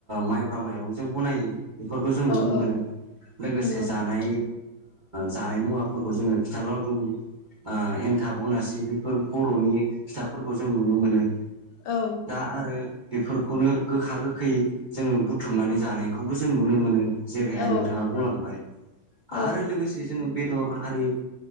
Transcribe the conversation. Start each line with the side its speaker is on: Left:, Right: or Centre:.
Right: माइब्रा माइरंजों बनायो बेफोरखौ जों
Left: औ
Right: नुनो मोनो
Left: औ
Right: लोगोसे
Left: नंगौ
Right: जानाय। जानाय मुवाफोरखौ जोङो खिथालाव दं। एन्थाब अनासि बेफोर बर'नि फिथाफोरखौ जों नुनो मोनो।
Left: औ।
Right: दा आरो बेफोरखौनो गोखा गोखै जोङो बुथुमनानै जानायखौबो जों नुनो मोनो। जेरैहाय
Left: औ
Right: नोंथाङा बुंलांबाय।
Left: औ
Right: आरो लोगोसे जोङो बेदर हारि